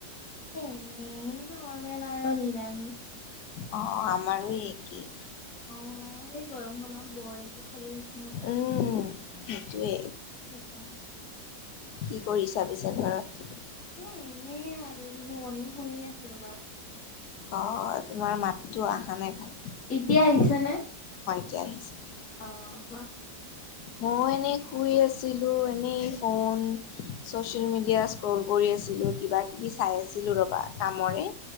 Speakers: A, on the left; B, on the left.
A: এনেই নৰৰ্মেল আৰু নিলামি
B: অ আমাৰো একেই
A: অ এই গৰম খনত বৰ একো খাব হৈছ
B: উম সেইটোৱে
A: সেইকাৰণে
B: কি কৰিছা? পিছে ঘৰত
A: এ এনে আৰু কিনো কৰিম শুইয়ে আছো ৰবা
B: অ অ তোমাৰ মাততো আহা নাই ভাল
A: এতিয়া আহিছে নে?
B: এতিয়া আহিছে।
A: অ কোৱা
B: মই এনেই শুই আছিলো এনেই ফোন চচিয়েল মিডিয়া স্ক্ৰল কৰি আছিলো কিবা কিবি চাই আছিলো ৰবা কামৰে